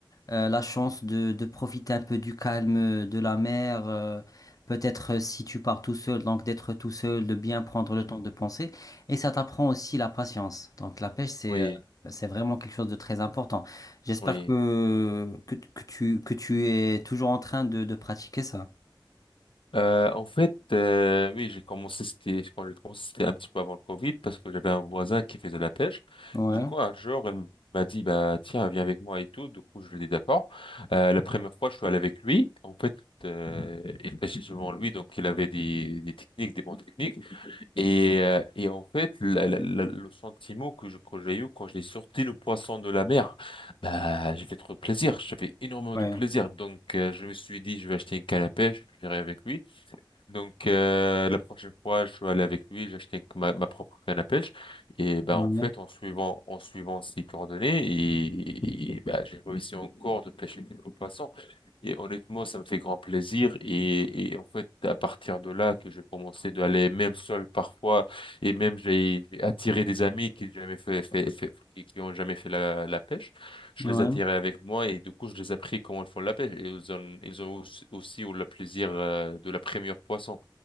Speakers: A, on the left; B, on the left.
A: euh, la chance de, de profiter un peu du calme de la mer, euh, peut-être euh, si tu pars tout seul, donc d'être tout seul, de bien prendre le
B: Mhm.
A: temps de penser. Et ça t'apprend aussi la patience. Donc la pêche, c'est
B: oui,
A: euh, bah, c'est vraiment quelque chose de très important. J'espère
B: oui.
A: que, que, que tu, que tu es toujours en train de, de pratiquer ça.
B: Euh, en fait, euh, oui, j'ai commencé, c'était, quand j'ai commencé, c'était un petit peu avant le Covid parce que j'avais un voisin qui faisait de la pêche.
A: Ouais,
B: Du coup, un jour, il m'a dit, bah, tiens, viens avec moi et tout. Du coup, je lui ai dit d'accord. Euh, la première fois, je suis allé avec lui. En fait, euh, il pêchait souvent lui, donc il avait des, des techniques, des bonnes techniques. Et, euh, et en fait, la- la- la- le sentiment que je, que j'ai eu quand j'ai sorti le poisson de la mer, bah, j'ai fait trop de plaisir. J'ai fait énormément
A: ouais,
B: de plaisir. Donc, euh, je me suis dit, je vais acheter une canne à pêche, je vais avec lui. Donc euh, la prochaine fois, je suis allé avec lui, j'achète ma, ma propre canne à pêche et ben
A: ouais,
B: en fait en suivant en suivant ses coordonnées et, et, ben, j'ai réussi encore de pêcher quelques poissons et honnêtement ça me fait grand plaisir et, et en fait à partir de là que je commençais d'aller même seul parfois et même j'ai j'ai attiré des amis qui jamais fait, fait, fait- qui qui ont jamais fait la, la pêche je
A: ouais,
B: les attirais avec moi et du coup, je les ai appris comment ils font la pêche. Et ils ont, ils ont aussi, aussi eu le plaisir euh, de la première poisson.